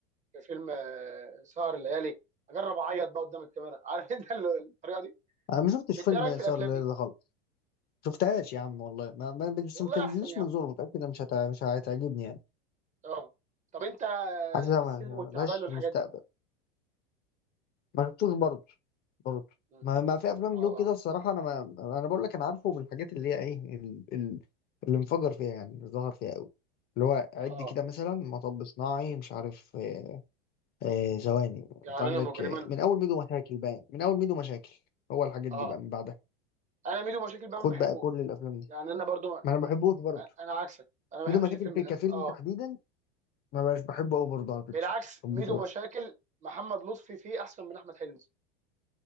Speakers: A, on the right; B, on the left.
A: في فيلم آه، سهر الليالي اجرب اعيط بقى قدام الكاميرا <laughs> عارف انت ال- الطريقه دي
B: انا ما شفتش
A: انت
B: فيلم
A: ايه رايك في
B: سهر
A: الافلام
B: الليل
A: دي
B: ده خالص شفتهاش يا عم والله ما ما- بس
A: والله
B: ما تنزليش
A: احسن يا
B: من
A: عم
B: زور متأكد إنها مش هت... مش هتعجبني يعني
A: اه طب انت آه،
B: حاسسها
A: السلم
B: ما- ما
A: والتعبان
B: لهاش
A: والحاجات
B: مستقبل
A: دي
B: ما شفتوش برضه برضه
A: مم.
B: ما, ما في افلام
A: اه
B: له كده
A: اه
B: الصراحه انا ما انا بقول لك انا عارفه بالحاجات اللي هي ايه ال- ال- اللي انفجر فيها يعني اللي ظهر فيها قوي اللي هو عد
A: اه
B: كده مثلا مطب صناعي مش عارف آه، آه، ثواني
A: جعلنا
B: انت عندك
A: مجرما
B: آه، من اول ميدو مشاكل باين من اول ميدو مشاكل هو الحاجات
A: اه
B: دي بقى من بعدها
A: انا ميدو مشاكل بقى
B: خد
A: ما بحبوش
B: بقى كل الافلام دي
A: يعني انا برضو ما...
B: ما انا
A: ما-
B: ما بحبوش برضه
A: انا عكسك انا ما
B: ميدو
A: بحبش
B: مشاكل
A: الفيلم
B: في
A: ده
B: كفيلم
A: اه
B: تحديدا ما بقاش بحبه قوي برضه على فكره
A: بالعكس
B: ما بحبوش
A: ميدو
B: قوي
A: مشاكل محمد لطفي فيه احسن من احمد حلمي